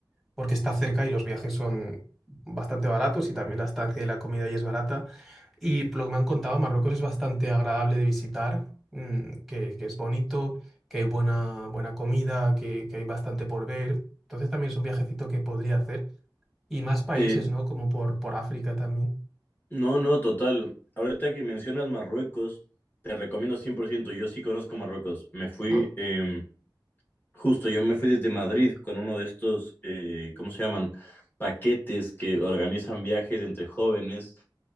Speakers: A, in the centre; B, on the left.
A: porque está cerca y los viajes son bastante baratos y también la estancia y la comida ahí es barata. Y por lo que me han contado, Marruecos es bastante agradable de visitar, mm, que, que es bonito, que hay buena, buena comida, que, que hay bastante por ver. Entonces también es un viajecito que podría hacer. Y más países,
B: Eh,
A: ¿no? Como por, por África también.
B: no, no, total. Ahorita que mencionas Marruecos, te recomiendo 100%. Yo sí conozco Marruecos. Me fui,
A: ¿no?
B: em, justo yo me fui desde Madrid con uno de estos, eh, ¿cómo se llaman? Paquetes que organizan viajes entre jóvenes.